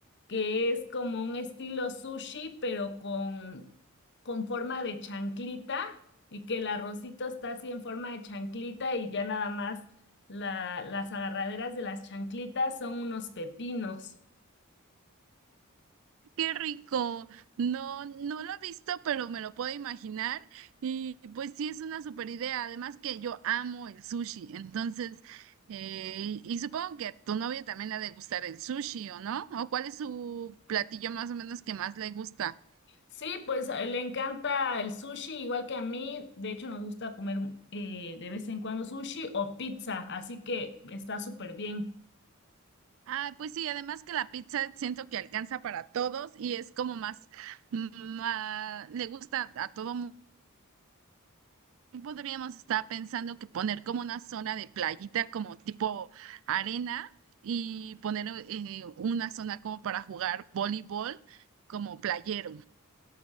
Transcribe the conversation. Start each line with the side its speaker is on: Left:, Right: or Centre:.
Left: que es como un estilo sushi, pero con, con forma de chanclita y que el arrocito está así en forma de chanclita y ya nada más la- las agarraderas de las chanclitas son unos pepinos.
Right: Qué rico. No, no lo he visto, pero me lo puedo imaginar. Y pues sí, es una super idea. Además que yo amo el sushi. Entonces, eh, y supongo que a tu novio también le ha de gustar el sushi, ¿o no? ¿O cuál es su platillo más o menos que más le gusta?
Left: Sí, pues eh, le encanta el sushi, igual que a mí. De hecho, nos gusta comer eh, de vez en cuando sushi o pizza, así que está súper bien.
Right: Ah, pues sí, además que la pizza siento que alcanza para todos y es como más, mm, ah, le gusta a todo mundo. Podríamos estar pensando que poner como una zona de playita, como tipo arena, y poner eh, una zona como para jugar voleibol, como playero.